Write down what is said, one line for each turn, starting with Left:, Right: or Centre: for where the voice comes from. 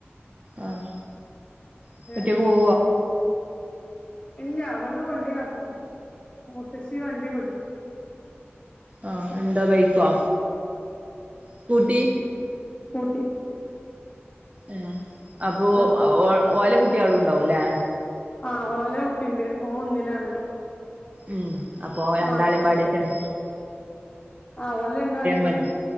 Right: ആഹ് ഒറ്റക്ക്
Left: ഏ
Right: പോവോ?
Left: ഇല്ല ഇവ്ട്ന്ന് കൊണ്ടയാക്കും മൂത്തച്ചി വണ്ടി വിടും.
Right: ആഹ് എന്താ ബൈക്കോ സ്കൂട്ടി
Left: സ്കൂട്ടി
Right: ഉം അപ്പൊ
Left: ആ
Right: ഓ ഓ ഓലെ കുട്ടികളുംണ്ടാവൂലേ
Left: ആഹ് ഓലെ കുട്ടിണ്ട് ഓൻ ഒന്നിലാണ്.
Right: ഉം അപ്പൊ രണ്ടാളേം
Left: ആ
Right: പാടെ റ്റാണ്.
Left: ആഹ് ഓലെ രണ്ടാളേംകൂടിം
Right: മതി